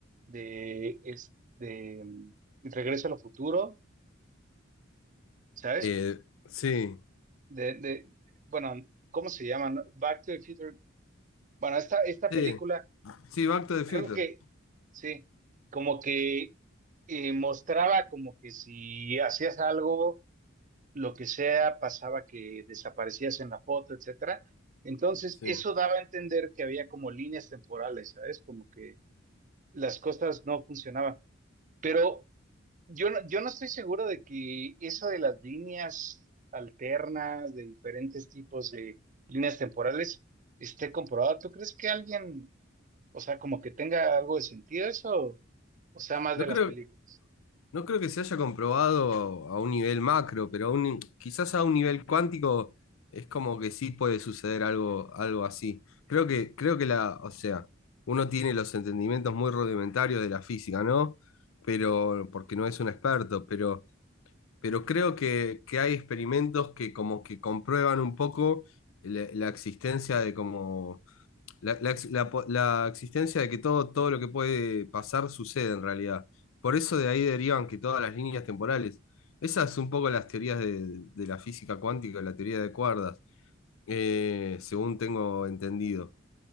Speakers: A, on the right (about 40°); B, on the left (about 85°).
A: de, es- de, mm, Regreso al Futuro, ¿sabes?
B: Eh, sí,
A: De, de, bueno, ¿cómo se llama? no? Back to the Future. Bueno, esta, esta
B: sí,
A: película,
B: sí, Back to the Future.
A: creo que, sí, como que eh, mostraba como que si hacías algo, lo que sea, pasaba que desaparecías en la foto, etcétera. Entonces,
B: Sí.
A: eso daba a entender que había como líneas temporales, ¿sabes? Como que las cosas no funcionaban. Pero Yo no, yo no estoy seguro de que eso de las líneas alternas, de diferentes tipos de líneas temporales, esté comprobado. ¿Tú crees que alguien, o sea, como que tenga algo de sentido eso, o sea, más
B: No
A: de
B: creo,
A: las películas?
B: no creo que se haya comprobado a un nivel macro, pero a un- quizás a un nivel cuántico es como que sí puede suceder algo, algo así. Creo que, creo que la, o sea, uno tiene los entendimientos muy rudimentarios de la física, ¿no? Pero, porque no es un experto, pero, pero creo que, que hay experimentos que como que comprueban un poco la la existencia de como La, la ex- la po- la existencia de que todo, todo lo que puede pasar sucede en realidad. Por eso de ahí derivan que todas las líneas temporales. Esas son un poco las teorías de, de la física cuántica, la teoría de cuerdas, eh, según tengo entendido.